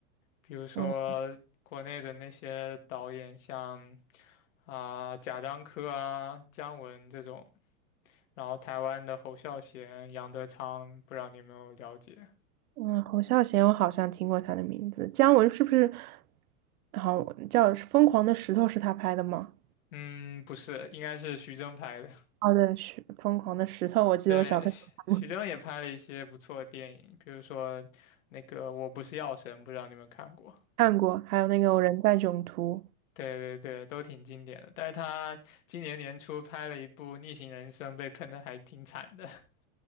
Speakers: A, on the left; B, on the right.
A: 比如说国内的那些导演，
B: 嗯。
A: 像啊、贾樟柯啊、姜文这种，然后台湾的侯孝贤、杨德昌，不知道你有没有了解？
B: 嗯，侯孝贤，我好像听过他的名字。姜文是不是？好叫《疯狂的石头》是他拍的吗？
A: 嗯，不是，应该是徐峥拍的。
B: 哦，对，是《疯狂的石头》，我记得我小的时候看过，
A: 对，徐徐峥也拍了一些不错的电影，比如说那个《我不是药神》，不知道你们看过。
B: 看过还有那个《我人在囧途》。
A: 对对对，都挺经典的。但是他今年年初拍了一部《逆行人生》，被喷的还挺惨的。<laughs>